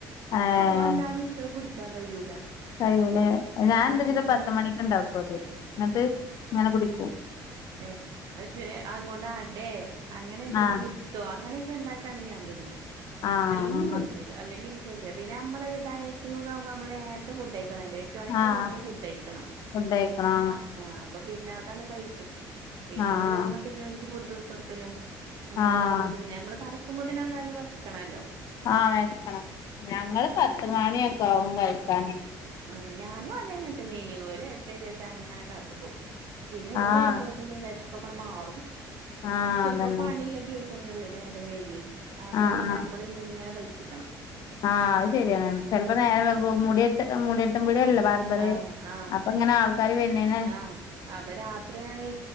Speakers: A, on the left; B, on the right.
A: ഏഹ്
B: അ അല്ലാതെ എനിക്ക് അത് കുടി- ക്കാൻ കഴിയൂല
A: കഴൂലെ ഞാൻ എന്താവെച്ചാ
B: ഉം അല്ലെ
A: പത്ത് മണിക്ക് ഉണ്ടാക്കും അത് എന്നിട്ട് ഇങ്ങനെ കുടിക്കും
B: ഏ പക്ഷെ അങ്ങോട്ട് അടെ അങ്ങനെ എന്തെലും
A: ആഹ്
B: പു- ട്ടോ അങ്ങനെയൊക്കെ ഉണ്ടാക്കാണെങ്കി ഞാൻ തിന്നും
A: ആഹ്
B: അല്ലെങ്കിൽ <unintelligible> അല്ലെങ്കി എക്ക്തില്ല പിന്നെ നമ്മള് ഡയറ്റിങ്ങക്കെ ആകുമ്പോ നമ്മള് നേരത്തെ ഫുഡ് കഴിക്കണമല്ലേ എട്ട് മണിന്റെ
A: ആഹ്
B: മുന്നെ ഫുഡ് കഴിക്കണം
A: ഫുഡ് കഴിക്കണോ
B: അ അപ്പൊ പിന്നെ അതാണ് കഴിച്ചു പിന്നെ
A: ആഹ്
B: ഓല് വന്നാ പിന്നെ അവക്ക് ഫുഡ് എടുത്ത് കൊടുക്കലും അങ്ങനെയൊക്കെ
A: ആഹ്
B: ആവുമ്പ പിന്നെ നമ്മള് തട- ക്കുമ്പോെതന്നെ എന്തായാലും വെ ശക്കണല്ലോ
A: ആഹ് വെശക്കണം ഞങ്ങള് പത്ത് മണിയൊക്കെ ആകും കഴിക്കാന്
B: ആഹ് ഞാനും അതങ്ങനെ തന്നെനു ഓര് എത്തീയ ശേഷം അങ്ങനെ കാത്ത്ക്കും പിന്നെ ഓല്
A: ആഹ്
B: വരുമ്പോ പിന്നെ വിശപ്പക്കണമാറും
A: ആഹ്
B: ചിലപ്പോ
A: അതന്നെ
B: പണില്ല ദിവ സങ്ങളിലെ നേരം വൈകുവേ അപ്പൊ
A: ആഹ്
B: പിന്നെ
A: ആഹ്
B: നമ്മള് ഇങ്ങനെ പൈച്ചിക്കണം
A: ആഹ് അത് ശെരിയാണ് ചിലപ്പോ നേരം വെളുക്കുമ്പോ മുടിവെട്ട് മുടിവെട്ടുംമ്പോഴല്ല ബാർ പറയ്
B: ആഹ് ആഹ്
A: അപ്പൊ ഇങ്ങനെ ആൾക്കാര് വരനേന്ന്
B: ആഹ് അപ്പൊ രാത്രിയത്